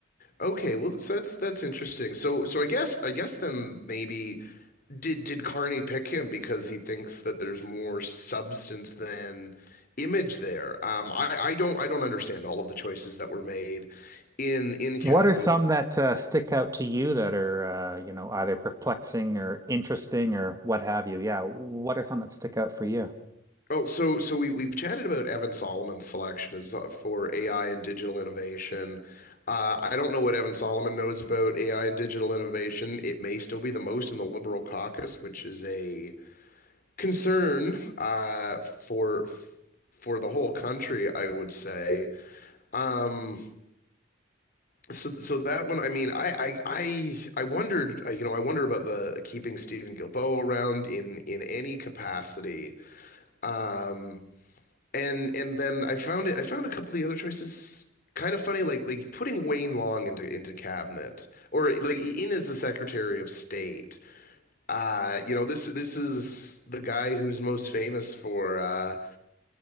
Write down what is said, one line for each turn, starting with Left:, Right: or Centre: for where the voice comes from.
Left: okay, well that's that's that's interesting. So so I guess I guess then maybe Did did Carney pick him because he thinks that there's more substance than image there? Um, I, I don't I don't understand all of the choices that were made in in cabinet
Right: What are some
Left: as
Right: that uh, stick out to you that are uh, you know either perplexing or interesting or what have you? Yeah, what are some that stick out for you?
Left: oh so so we we've chatted about Evan Solomon's selection as uh, for AI and digital innovation. Uh, I don't know what Evan Solomon knows about AI and digital innovation. It may still be the most in the Liberal caucus, which is a concern uh, for for the whole country, I would say. Mm, So, so that one, I mean, I, I, I, I wondered, uh, you know, I wonder about the keeping Stephen Gilboa around in in any capacity, Mm. and and then I found it. I found a couple of the other choices kind of funny, like like putting Wayne Long into into cabinet or like in as the Secretary of State. Uh, you know, this this is the guy who's most famous for uh,